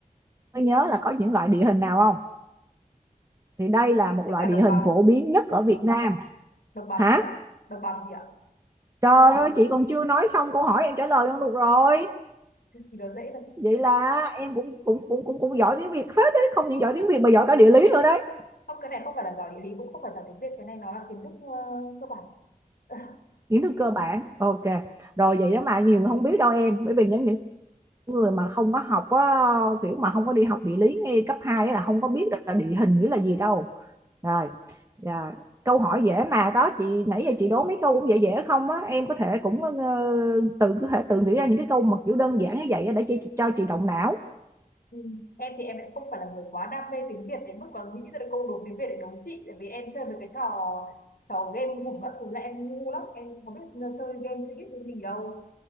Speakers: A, on the right (about 20°); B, on the left (about 80°).
A: có nhớ là có những loại địa hình nào không? Thì đây là
B: đấy
A: một
B: với
A: loại
B: cả
A: địa
B: đồng
A: hình
B: bằng
A: phổ biến nhất ở Việt Nam.
B: đồng bằng
A: Hả?
B: gì ạ đồng bằng gì ạ
A: Trời ơi, chị còn chưa nói xong câu hỏi em trả lời luôn được rồi.
B: thì gì đó dễ mà chị
A: Vậy là em cũng cũng cũng cũng cũng giỏi tiếng Việt phết đấy, không những giỏi tiếng Việt mà giỏi cả địa lý nữa đấy.
B: không cái này không phải là giỏi địa lý cũng không phải giỏi tiếng Việt cái này nó là kiến thức ờ, cơ bản <laughs>
A: Kiến thức cơ bản. Ok. Rồi vậy đó mà nhiều người không biết đâu em, bởi vì những những người mà không có học á, kiểu mà không có đi học địa lý ngay cấp 2 là không có biết là địa hình nghĩa là gì đâu rồi dạ. câu hỏi dễ mà đó chị nãy giờ chị đố mấy câu cũng dễ dễ không á em có thể cũng ờ, tự có thể tự nghĩ ra những cái câu mà kiểu đơn giản như vậy á, để chị cho chị động não
B: Ừ. em thì em lại không phải là người quá đam mê tiếng Việt đến mức mà nghĩ ra được câu đố tiếng Việt để đố chị tại vì em chơi mấy cái trò trò game hùng các thứ là em ngu lắm em không biết chơi game chơi biết cái gì đâu